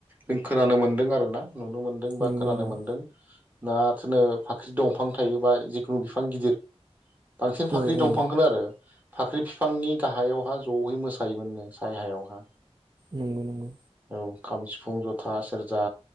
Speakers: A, on the right; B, on the right.
A: जों खोनानो मोनदों आरोना नुनो मोनदों बा
B: नंगौ
A: खोनानो
B: नंगौ
A: मोन्दों ना थोनो फाख्रि दंफां थाहैबाय जि खुनु बिफां गिदिर बांसिन फाख्रि
B: औ
A: दंफांखोनो
B: औ
A: आरो फाख्रि बिफांनि गाहायावहा ज'यै मोसायोमोननो साय हायावहा।
B: नंगौ नंगौ।
A: औ खाम सिफुं जथा सेरजा